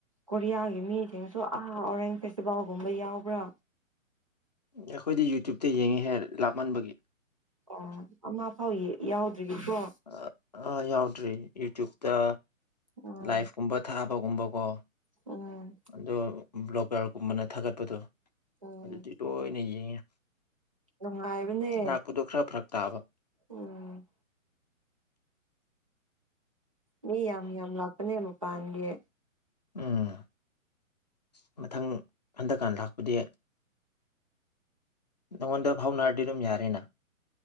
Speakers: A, on the right; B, on the left.
A: ꯀꯔꯤꯌꯥꯒꯤꯦꯃꯤꯠ ꯁꯨ ꯑꯍꯥ ꯑꯣꯔꯦꯟꯖ ꯐꯦꯁꯇꯤꯚꯦꯜꯒꯨꯝꯕ ꯌꯥꯎꯕ꯭ꯔꯥ
B: ꯑꯩꯈꯣꯏꯗꯤ ꯌꯨꯇ꯭ꯌꯨꯨꯞꯇ ꯌꯦꯡꯉꯦꯍꯦ ꯂꯥꯞꯃꯟꯕꯒꯤ
A: ꯑꯣ ꯑꯃ ꯐꯥꯎ ꯌꯥꯎꯗ꯭ꯔꯤꯀꯣ
B: ꯑ ꯑ ꯌꯥꯎꯗ꯭ꯔꯤ ꯌꯨꯇ꯭ꯌꯨꯕ ꯇ
A: ꯎꯝ
B: ꯂꯥꯏꯐ ꯀꯨꯝꯕ ꯊꯥꯕꯒꯨꯝꯕꯀꯣ
A: ꯎꯝ
B: ꯑꯗꯣ ꯕ꯭ꯂꯣꯀꯔꯒꯨꯝꯕꯅ ꯊꯥꯒꯠꯄꯗꯣ
A: ꯎꯝ
B: ꯑꯗꯨꯗꯤ ꯇꯣꯏꯅ ꯌꯦꯡꯉꯦ
A: ꯅꯨꯡꯉꯥꯏꯕꯅꯦ
B: ꯂꯥꯛꯄꯗꯣ ꯈꯔ ꯐꯔꯛ ꯇꯥꯕ
A: ꯎꯝ ꯃꯤ ꯌꯥꯝ ꯌꯥꯝ ꯂꯥꯛꯄꯅꯦ ꯃꯄꯥꯟꯒꯤ
B: ꯎꯝ ꯑ ꯃꯊꯪ ꯍꯟꯗꯛꯀꯥꯟꯗ ꯂꯥꯛꯄꯗꯤ ꯅꯉꯣꯟꯗ ꯐꯥꯎꯅꯔꯗꯤ ꯑꯗꯨꯝ ꯌꯥꯔꯦꯅ